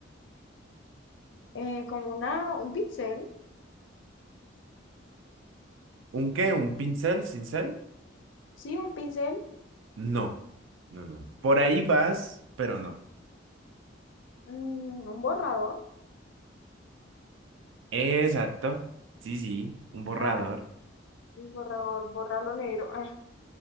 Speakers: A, on the left; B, on the right.
A: eh, como una, un pincel.
B: ¿Un qué? ¿Un pincel? ¿Cincel?
A: Sí, un pincel,
B: No, no, no. Por ahí vas, pero no.
A: mm, un borrador.
B: Exacto. Sí, sí, un borrador.
A: Ah, un borrador, borrar lo negro. Ah,